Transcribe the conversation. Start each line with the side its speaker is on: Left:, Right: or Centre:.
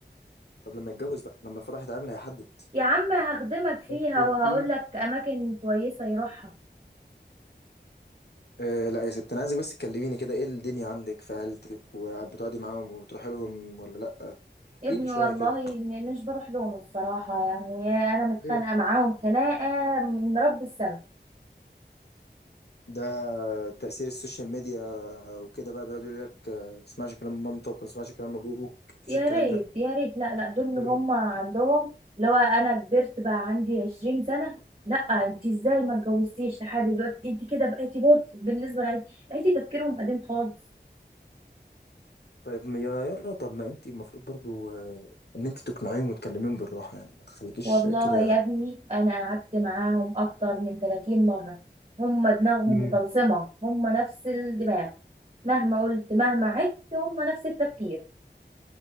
Left: طب لما يتجوز بقى لما الفرح يتعمل هيحدد
Right: يا عم هخدمك فيها
Left: بس
Right: وهقول
Left: في
Right: لك اماكن كويسة يروحها
Left: آه لا يا ست انا عايزك بس تكلميني كده ايه الدنيا عندك في عيلتك وبتقعدي معاهم وبتروحي لهم ولا لا احكي
Right: يا ابني
Left: لي شويه
Right: والله
Left: كده
Right: م- مش بروح لهم الصراحة يعني أنا متخانقة
Left: ليه؟
Right: معاهم خناقة من رب السماء
Left: ده تأثير السوشيال ميديا وكده بقى بيقعدوا يقول لك آه، اسمعش كلام مامتك وما اسمعش كلام ابوك مفيش
Right: يا
Left: الكلام
Right: ريت
Left: ده
Right: يا ريت لا لا دول اللي
Left: غيرهم
Right: هم عندهم لو أنا كبرت بقى عندي عشرين سنة لا انت ازاي ما اتجوزتيش لحد دلوقتي انت كده بقيتي بورت بالنسبة لعيلتي عيلتي تفكيرهم قديم خالص
Left: طيب ما- يا يارا طب ما انت المفروض برضو آه، ان انت تقنعيهم وتكلميهم بالراحه يعني ما تخليكيش
Right: والله
Left: كده
Right: يا ابني أنا قعدت معاهم أكتر من 30 مرة هم دماغهم
Left: مم.
Right: مطلسمة هم نفس الدماغ مهما قلت مهما عدت هم نفس التفكير